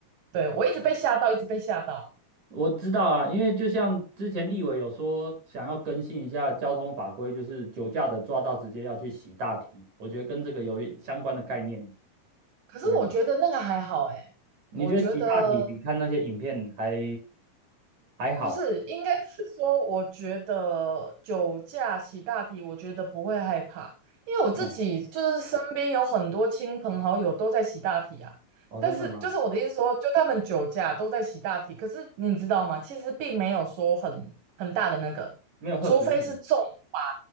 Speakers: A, on the right (about 75°); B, on the right (about 60°).
A: 对，我一直被吓到，一直被吓到。
B: 我知道啊，因为就像之前立委有说想要更新一下交通法规，就是酒驾的抓到直接要去洗大体，我觉得跟这个有一相关的概念。
A: 可是我觉得那个还好诶，
B: 嗯，你觉得洗大体比看那些影片还
A: 我觉得
B: 还好？
A: 不是，应该是说，我觉得酒驾洗大题，我觉得不会害怕，因为我自己就是身边有很多亲朋好友都在洗大题啊。
B: 嗯，哦，
A: 但是，
B: 真的吗？
A: 就是我的意思说，就他们酒驾都在洗大题，可是你知道吗？其实并没有说很很大的那个，
B: 没有贺阻力，
A: 除非是重罚，